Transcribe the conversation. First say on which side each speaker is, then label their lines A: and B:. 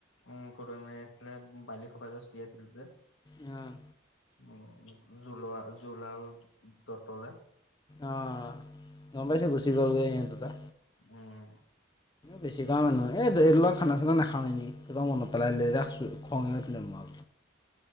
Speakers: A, on the left; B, on the left.
A: উম ফটো আছিলে বালি খোপা চটিয়াইছিলো যে।
B: আহ।
A: উম জোলোৱা জোলা আৰু ততলে।
B: অ গম পাইছোঁ। গুচি গ'ল গে ইহঁত দুটা।
A: উম
B: বেছি কৰা মানুহ। এইটোৰ লগত খানা চানা নাখাও। এনে মনত পেলাই দিলি যা। খং হে উঠিলে মাৰ